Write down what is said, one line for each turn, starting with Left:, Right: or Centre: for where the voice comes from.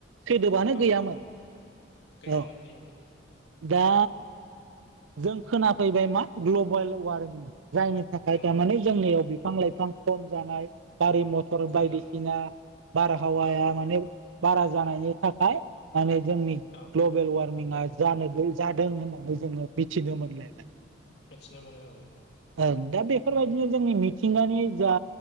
Right: सोदोबानो
Left: औ
Right: गैयामोन
Left: औ गैयामोन
Right: औ
Left: गैयामोन
Right: दा जों खोनाफैबाय मा ग्लबेल वार्मिं जायनि थाखाय
Left: ओं
Right: थारमाने जोंनियाव बिफां लाइफां खम जानाय गारि मथर
Left: खम
Right: बायदिसिना
Left: जानाय
Right: बारहावाया
Left: औ
Right: माने बारा जानायनि थाखाय माने जोंनि
Left: औ
Right: ग्लबेल वार्मिंआ जानो जादों होननानै जोङो मिथिनो मोनलायबाय।
Left: मिथिनो मोनो औ।
Right: औ दा बेफोरबायदिनो जोंनि मिथिंगानि जा